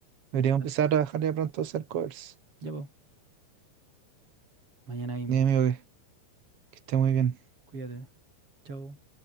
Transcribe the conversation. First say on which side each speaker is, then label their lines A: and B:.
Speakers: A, on the right; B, on the right.
A: Debería
B: Dale.
A: empezar a trabajar ya pronto a hacer covers.
B: Ya, pues, mañana mismo.
A: Mi amigo, que, que esté muy bien.
B: Cuídate. Chao.